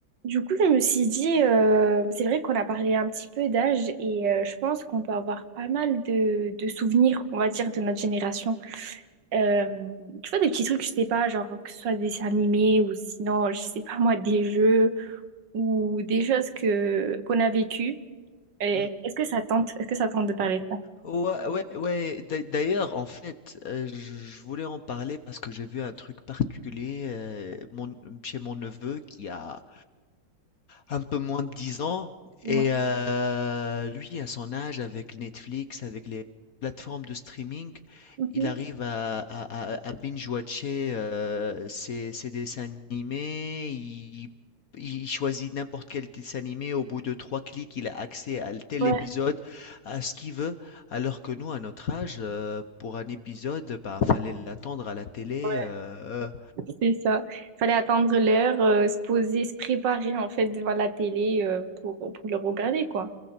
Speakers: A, on the right; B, on the left.
A: Du coup, je me suis dit, euh, c'est vrai qu'on a parlé un petit peu d'âge et euh, je pense qu'on peut avoir pas mal de, de souvenirs, on va dire, de notre génération. Euh, tu vois, des petits trucs, je sais pas, genre que ce soit des dessins animés ou sinon, je sais pas moi, des jeux ou des choses que qu'on a vécues. Et
B: Mmh.
A: Est-ce que ça tente, est-ce que ça tente de parler de ça?
B: Ouais, ouais, ouais. D'a- D'ailleurs, en fait, euh, je je voulais en parler parce que j'ai vu un truc particulier euh, mon- chez mon neveu qui a un peu moins de 10 ans.
A: Ouais,
B: Et euh, lui, à son âge, avec Netflix, avec les plateformes de streaming,
A: Mhm.
B: il arrive à, à, à- à binge-watcher euh, ses, ses dessins animés. Il, il choisit n'importe quel dessin animé. Au bout de trois clics, il a accès à tel
A: ouais,
B: épisode, à ce qu'il veut. Alors que nous, à notre âge, heu, pour un épisode, bah, fallait l'attendre à la télé,
A: ouais,
B: heu,
A: c'est ça. Fallait attendre l'heure, euh, se poser, se préparer en fait devant la télé euh, pour, pour le regarder, quoi.